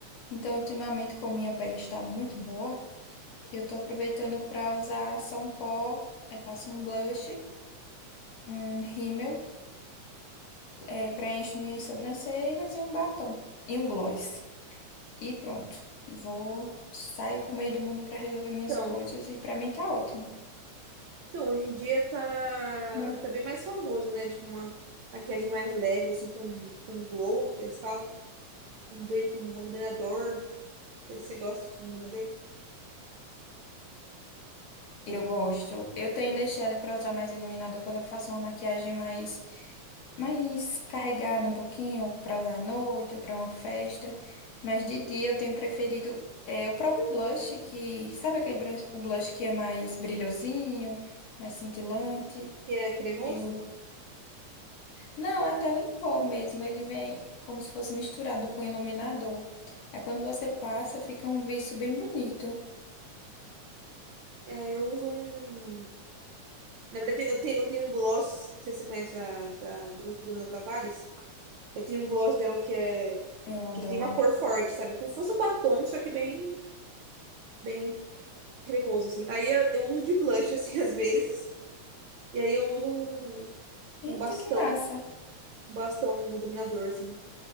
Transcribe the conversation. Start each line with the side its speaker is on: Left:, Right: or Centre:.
Left: Então, ultimamente, como minha pele está muito boa, eu estou aproveitando para usar só um pó, aí passo um blush, um rímel, é, preencho minhas sobrancelhas e um batom. E um gloss. E pronto. Vou sair pro meio do mundo para resolver minhas
Right: Então,
Left: coisas e para mim tá ótimo,
Right: então hoje em dia tá,
Left: né?
Right: tá bem mais famoso, né? Tipo uma maquiagem mais leve, assim, com, com glow, que eles falam. Um brilho com um iluminador. Não sei se você gosta de iluminador.
Left: Eu gosto. Eu tenho deixado para usar mais iluminador quando eu faço uma maquiagem mais mais carregada um pouquinho para usar à noite ou para uma festa, mas de dia eu tenho preferido é, o próprio blush que, sabe aquele bru- o blush que é mais brilhosinho, mais cintilante?
Right: Que é cremoso.
Left: eu Não, até o em pó mesmo, ele vem como se fosse misturado com iluminador. Aí quando você passa, fica um viço bem bonito.
Right: É, eu uso um... Na verdade, eu, te, eu tenho um gloss, não sei se você conhece a, da Bru- Bruna Tavares. Eu tenho um gloss dela que é
Left: Eu adoro.
Right: que tem uma cor forte, sabe? Como se fosse um batom, só que bem bem cremoso assim. Aí eu, eu uso de blush assim <laughs> às vezes, e aí eu uso um,
Left: Eita,
Right: um bastão,
Left: que massa!
Right: um bastão um iluminador assim,